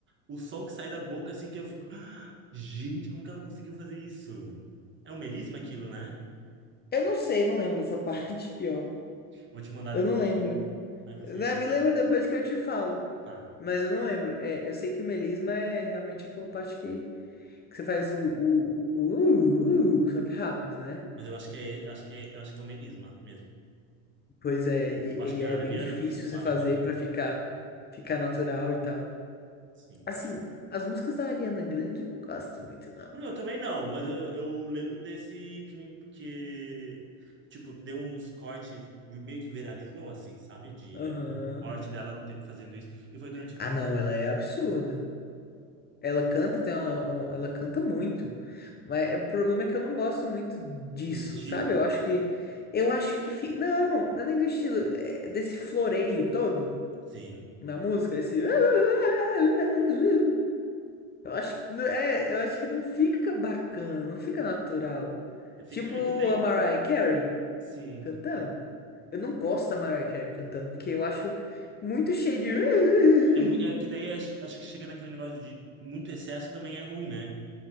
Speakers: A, on the right (about 30°); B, on the left (about 25°).
A: o som que sai da boca, assim, que eu fico. <gasps> "Ah, Gente, como que ela conseguiu fazer isso? É um melisma aquilo, né?
B: Eu não sei, não lembro dessa <laughs> parte, pior.
A: Vou te mandar
B: Eu
A: depois.
B: não lembro.
A: então. Aí você.
B: Ah, me lembro depois que eu te falo.
A: Tá.
B: Mas eu não lembro. É, eu sei que o melisma é realmente aquela parte que, que você faz o, o, o, o- só que rápido, né?
A: Mas eu acho que é, eu acho que é, eu acho que é um melisma mesmo.
B: Pois é, e,
A: Eu acho que
B: e é
A: a
B: bem
A: Ariana
B: difícil
A: por si só
B: você
A: ela
B: fazer
A: faz bastante.
B: pra ficar, ficar natural e tal.
A: Sim.
B: Assim, as músicas da Ariana Grande eu não gosto muito, não.
A: Não, eu também não, mas eu, eu lembro desse que me, que, tipo, deu uns cortes, meio que viralizou, assim, sabe? De
B: Aham.
A: o corte dela te- fazendo isso. E foi durante a
B: Ah,
A: pandemia
B: não, ela é absurda. Ela canta, tem uma- um- ela canta muito. Mas é- o problema é que eu não gosto muito disso,
A: do estilo,
B: sabe? Eu acho que. Eu acho que. fi- Não, não é nem do estilo. é desse floreio todo
A: sim.
B: na música, esse. <laughs> Eu acho que, não- é, eu acho que não fica bacana, não fica natural.
A: É, fica,
B: Tipo
A: é que daí,
B: a Mariah Carey
A: sim.
B: cantando. Eu não gosto da Mariah Carey cantando, porque eu acho muito cheio de.
A: É, mui- é que
B: <laughs>
A: daí acho, acho que chega naquele negócio de muito excesso também é ruim, né?